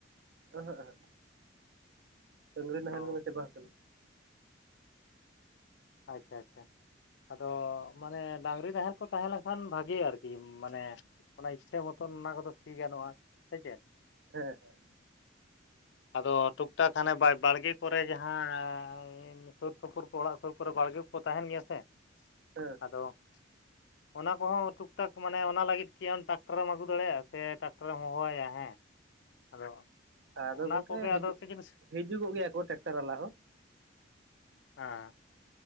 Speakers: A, on the right; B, on the left.
A: ᱟᱸᱦᱟᱜ ᱟᱸᱦᱟᱜ ᱰᱟᱹᱝᱨᱤ ᱱᱟᱦᱮᱞ
B: ᱚ
A: ᱠᱚᱫᱚ ᱪᱟᱵᱟ ᱦᱟᱠᱟᱱᱟ
B: ᱟᱪᱪᱷᱟ ᱟᱪᱪᱷᱟ ᱟᱫᱚ ᱢᱟᱱᱮ ᱰᱟᱝᱨᱤ ᱱᱟᱦᱮᱞ ᱠᱚ ᱛᱟᱦᱮᱸ ᱞᱮᱱᱠᱷᱟᱱ ᱵᱷᱟᱜᱮ ᱟᱨᱠᱤ ᱢᱟᱱᱮ ᱢᱟᱱᱮ ᱤᱪᱷᱟᱹ ᱢᱚᱛᱚᱱ ᱚᱱᱟ ᱠᱚᱫᱚ ᱥᱤ ᱜᱟᱱᱚᱜᱼᱟ ᱥᱮ ᱪᱮᱫ?
A: ᱦᱮᱸ ᱦᱮᱸ
B: ᱟᱫᱚ ᱴᱩᱠᱴᱟᱠ ᱦᱟᱱᱮ ᱵᱟᱭ ᱵᱟᱲᱜᱮ ᱠᱚᱨᱮ ᱡᱟᱦᱟᱸᱻ ᱥᱩᱨ ᱥᱩᱯᱩᱨ ᱠᱚ ᱚᱲᱟᱜ ᱥᱩᱨ ᱠᱚᱨᱮ ᱵᱟᱲᱜᱮ ᱠᱚ ᱛᱟᱦᱮᱱ ᱜᱮᱭᱟ ᱥᱮ
A: ᱦᱮᱸ
B: ᱟᱫᱚ ᱚᱱᱟ ᱠᱚᱦᱚᱸ ᱴᱩᱠ ᱴᱟᱠ ᱢᱟᱱᱮ ᱚᱱᱟ ᱞᱟᱹᱜᱤᱫ ᱠᱤ ᱟᱢ ᱴᱨᱟᱠᱴᱟᱨᱮᱢ ᱟᱹᱜᱩ ᱫᱟᱲᱮᱭᱟᱜᱼᱟ ᱥᱮ ᱴᱨᱟᱠᱴᱟᱨᱮᱢ ᱦᱚᱦᱚᱣᱟᱭᱟ ᱦᱮᱸ ᱟᱫᱚ
A: ᱟᱫᱚ
B: ᱚᱱᱟ
A: ᱜᱚᱝᱠᱮ
B: ᱠᱚᱜᱮ
A: ᱦᱤᱡᱩᱜ
B: ᱟᱫᱚ ᱪᱮᱫ ᱡᱤᱱᱤᱥ
A: ᱦᱤᱡᱩᱜᱚᱜ ᱜᱮᱭᱟ ᱠᱚ ᱴᱨᱟᱠᱴᱟᱨ ᱵᱟᱞᱟ ᱦᱚᱸ
B: ᱟ